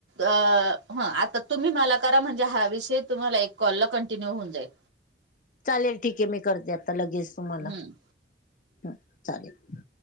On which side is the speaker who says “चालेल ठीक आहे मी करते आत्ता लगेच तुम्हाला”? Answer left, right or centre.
Left